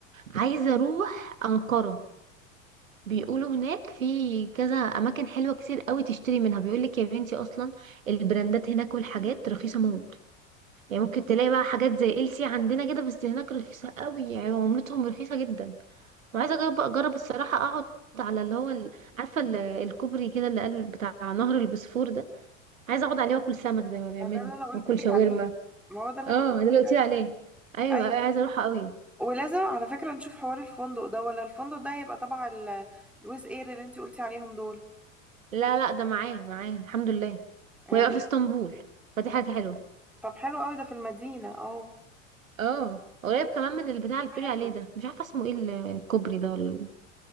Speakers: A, on the right; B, in the centre.
A: عايزه اروح انقره بيقولوا هناك في كذا اماكن حلوه كتير قوي تشتري منها بيقولك يا بنتي اصلا البراندات هناك والحاجات رخيصه موت يعني ممكن تلاقي بقى حاجات زي ال سي عندنا كده بس هناك رخيصة قوي يعني عملتهم رخيصة جدا وعايزة اجرب اجرب الصراحة اقعد على اللي هو ال- عارفة ال- الكوبري كده اللي قال بتاع نهر البوسفور ده عايزة اقعد عليه واكل سمك زي ما بيعملوا
B: ما ده اللي أنا قلت
A: واكل
B: لك
A: شاورما
B: عليه ما هو ده اللي
A: اه
B: كنت بقول
A: ده اللي
B: لك
A: قلت
B: عليه
A: لي عليه ايوه
B: أيوة
A: ايوه عايزة اروحه قوي
B: ولازم على فكرة نشوف حوار الفندق ده ولا الفندق ده هيبقى تبع ال- الويز اير اللي انتي قلتي عليهم دول
A: لا لا ده معاه معاه الحمد لله
B: ال-
A: وهيبقى في اسطنبول فدي حاجة حلوة
B: طب حلو قوي ده في المدينة اه
A: اه قريب كمان من البتاع اللي بتقولي
B: حلو
A: عليه ده مش عارفة اسمه ايه الكوبري ده ولا